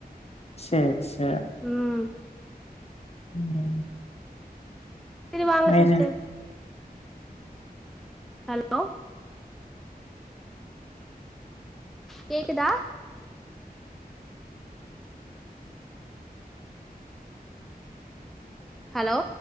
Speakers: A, on the left; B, in the centre.
A: சேரி சேரி
B: ம்
A: ம்
B: செரி வாங்க
A: வேற
B: சிஸ்டர் ஹலோ கேக்குதா ஹலோ